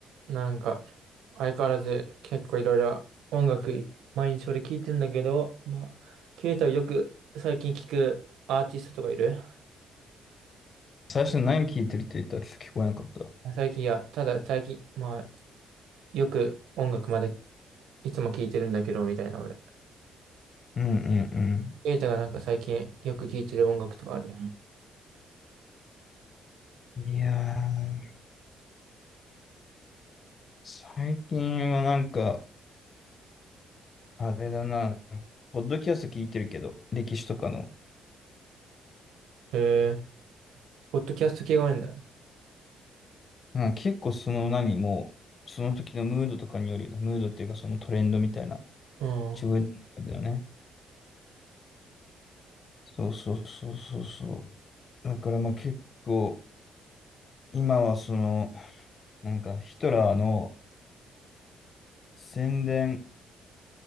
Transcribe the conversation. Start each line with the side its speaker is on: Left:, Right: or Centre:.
Right: なんか、相変わらず結構いろいろ音楽い、毎日俺聞いてんだけど、まあ、ケイタはよく最近聞くアーティストとかいる
Left: 最初何聞いてるって言ったらちょっと聞こえなかった。
Right: 最近いや、ただ最近、まあ、よく音楽までいつも聞いてるんだけど、みたいな俺。
Left: うんうん
Right: ケイタがなんか最近よく聞いてる音楽とかある。
Left: うん。いやー、最近はなんか、あれだな、ポッドキャスト聞いてるけど、歴史とかの、
Right: へえ、ポッドキャスト系が多いんだ。
Left: うん、結構その何もう、その時のムードとかによるよね、ムードっていうかそのトレンドみたいな、
Right: うん。
Left: 自分の中だよね。そうそうそうそうそう。だからまあ結構、今はその、なんかヒトラーの宣伝